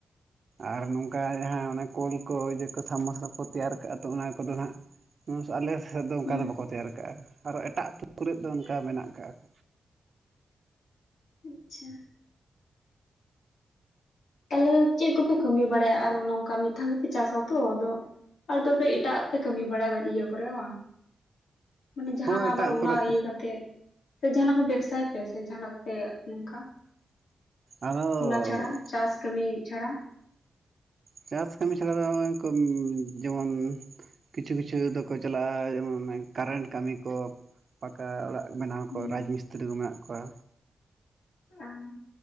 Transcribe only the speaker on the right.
ᱟᱨ ᱱᱚᱝᱠᱟ ᱡᱟᱦᱟᱸ ᱚᱱᱟ ᱠᱚᱞ ᱠᱚ ᱤᱭᱟᱹ ᱠᱚ ᱥᱟᱢ ᱢᱟᱨᱥᱟᱞ ᱠᱚ ᱛᱮᱭᱟᱨ ᱠᱟᱜᱼᱟ ᱛᱚ ᱚᱱᱟ ᱠᱚᱫᱚ ᱱᱟᱜ ᱟᱞᱮ ᱥᱮᱫ ᱫᱚ ᱚᱱᱠᱟ
ᱫᱚ ᱵᱟᱠᱚ ᱛᱮᱭᱟᱨ ᱠᱟᱜᱼᱟ, ᱟᱨᱚ ᱮᱴᱟᱜ ᱟᱹᱛᱩ ᱠᱚᱨᱮᱫ ᱫᱚ
ᱚᱱᱠᱟ ᱢᱮᱱᱟᱜ ᱠᱟᱜᱼᱟ᱾
ᱦᱳᱭ
ᱮᱴᱟᱜ
ᱠᱚᱨᱮᱫ
ᱟᱫᱚ
ᱪᱟᱥ ᱠᱟᱹᱢᱤ ᱪᱷᱟᱲᱟ ᱫᱚ <inaudible> ᱡᱮᱢᱚᱱ ᱠᱤᱪᱷᱩ ᱠᱤᱪᱷᱩ ᱫᱚᱠᱚ ᱪᱟᱞᱟᱜᱼᱟ ᱠᱟᱨᱮᱱᱴ ᱠᱟᱹᱢᱤ ᱠᱚ ᱯᱟᱠᱟ ᱚᱲᱟᱜ ᱵᱮᱱᱟᱣ
ᱠᱚ ᱨᱟᱡᱽ ᱢᱤᱥᱛᱨᱤ ᱠᱚ ᱢᱮᱱᱟᱜ ᱠᱚᱣᱟ